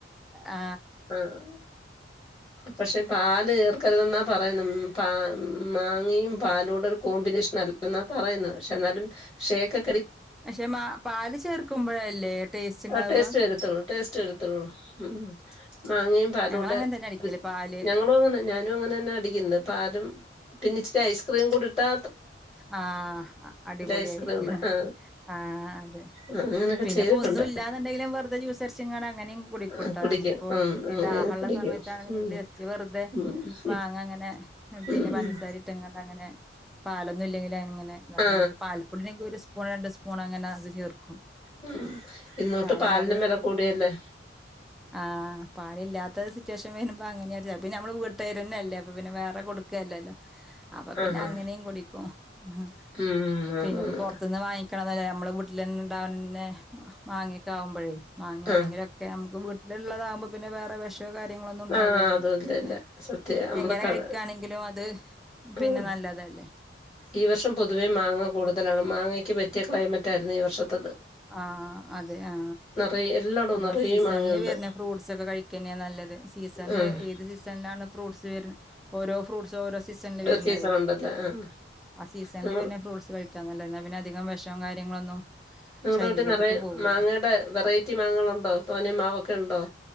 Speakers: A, in the centre; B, on the left.
A: ആ
B: ആഹ് പക്ഷെ പാല് ചേർക്കരുതെന്നാ പറയുന്ന പ മാങ്ങയും പാലൂടെ ഒരു കോമ്പിനേഷൻ അൽ എന്നാ പറയുന്നത് പക്ഷെ എന്നാലും ഷേയ്ക്ക്
A: പക്ഷെ മാ പാല് ചേർക്കുമ്പഴല്ലേ ടേസ്റ്റ് ഇണ്ടാവാ
B: ആ ടേസ്റ്റ് വരത്തുള്ളൂ <unintelligible> ഉം മാങ്ങയും പാലൂടെ
A: ഞങ്ങള് അങ്ങനെ തന്നെ അടിക്കല് പാല്
B: ഞങ്ങളും അങ്ങനെ ഞാനും അങ്ങനെ തന്നാ അടിക്കുന്നെ പാലും പിന്നെ ഇിച്ചിരി ഐസ്ക്രീം മും കൂടിട്ടാ
A: ആ അടിപൊളിയായി
B: ഐസ്ക്രീമിന്റെ ആ
A: ആ അതെ
B: ആ അങ്ങനൊക്കെ
A: പിന്നെപ്പോന്നും
B: ചെയ്തിട്ടുണ്ട്
A: ഇല്ലാന്നുണ്ടെങ്കിലും വെർ തെ ജ്യൂസടിച്ചാ അങ്ങനെയും കുടിക്കൂട്ടോഞമ്മക്കിപ്പൊ
B: ആ കുടിക്കും ഉം
A: ഈ
B: അങ്ങനെ
A: ദാഹള്ള
B: കുടിക്കും
A: സമയത്താണെന്നുണ്ടെങ്കിൽ
B: ഉം
A: ജസ്റ്റ് വെറുതെ
B: ഉം
A: മാങ്ങ
B: ഇ
A: അങ്ങനെ പിന്നെ
B: ഉം
A: പഞ്ചസാര
B: ഉം
A: ഇട്ട് അങ്ങനെ പാലൊന്നും ഇല്ലങ്കില അങ്ങനെ <unintelligible>
B: ആ
A: പാൽപ്പൊടിണ്ടെങ്കിഒരു സ്പൂൺ രണ്ട് സ്പൂൺ അങ്ങനെ അത് ചേർക്കും
B: ഉം ഇന്നൊട്ട്
A: പാലില്ലാത്ത
B: പാലിനും വെല കൂടിയല്ലേ
A: അങ്ങനെ ആഹ് പാലില്ലാത്ത സിറ്റുവേഷൻ വരുമ്പ അങ്ങനെയാ പിന്നെ നമ്മള വീട്ട്കാര് തന്നല്ലേ അപ്പപിന്നെ വേറെ കൊടുക്കയല്ലല്ലോ അപ്പൊ
B: ആ
A: പിന്നെ
B: ഹാ
A: അങ്ങനെയും കൂടി <inaudible> ഹ്
B: ഉം
A: പിന്നിപ്പോ
B: ആന്നാന്ന്
A: പൊറത്തന്ന് വാങ്ങിക്കണം <unintelligible> നമ്മള വൂട്ടില് തന്നെ ഉണ്ടാവൻ ന്നെ മാങ്ങയൊക്കെ ആവുമ്പോഴേ മാങ്ങയാണെങ്കിലൊക്കെ
B: ആ
A: നമുക്ക് <unintelligible> ഇള്ളതാകുമ്പ പിന്നെ വേറെ വെഷ കാര്യങ്ങളൊന്നും ഉണ്ടാകൂലല്ലോ
B: ആ അതും ഇല്ല
A: പിന്നെ
B: ഇല്ല സത്യ നമ്മള്
A: എങ്ങനെ
B: കള
A: കഴിക്കാണെങ്കിലും അത് പിന്നെ
B: ഉം
A: നല്ലതാരിക്കും
B: ഈ വർഷം പൊതുവേ മാങ്ങ കൂടുതലാണ് മാങ്ങയ്ക്ക് പറ്റിയ ക്ലൈമറ്റായിരുന്നു ഈ വർഷത്തത്
A: ആ അതെ ആ
B: നിറയെ എല്ലായിടവും
A: നമ്മള
B: നിറയെ
A: സീസണില്
B: മാങ്ങയുണ്ട്
A: വരുന്ന ഫ്റൂട്ട്സക്കെ കഴിക്കന്നാ നല്ലത് സീസണില്
B: ആഹ്
A: ഏത് സീസണിലാണ് ഫ്രൂട്ട്സ് <unintelligible> ഓരോ ഫ്രൂട്ട്സ് ഓരോ സീസണില് വരുന്നത്
B: സീസൺ ഉണ്ടല്ലേ ആഹ്
A: ആ സീസണില്
B: നിങ്ങ
A: വരുന്ന ഫ്രൂട്ട്സ് കഴിക്കാ നല്ലാന്നാ പിന്നെ അധികം വിഷ കാര്യങ്ങളൊന്നും
B: നിങ്ങളടെ
A: ശരീരത്തിക്ക്
B: വീട്ടിൽ നിറയെ
A: പോവൂല
B: മാങ്ങയുടെ വെറൈറ്റി മാങ്ങകളുണ്ടോ തോനേ മാവൊക്കെ ണ്ടോ